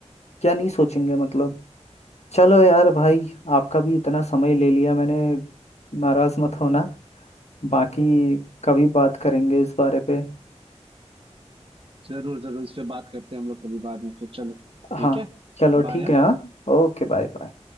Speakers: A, on the left; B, on the right.
A: क्या नहीं सोचेंगे मतलब चलो यार भाई आपका भी इतना समय ले लिया मैंने नाराज मत होना बाकी कभी बात करेंगे इस बारे पे
B: जरूर जरूर इस पे बात करते हैं हम लोग कभी बाद में फिर चलो ठीक
A: हाँ
B: है
A: चलो
B: बाय
A: ठीक है हाँ ओके बाय बाय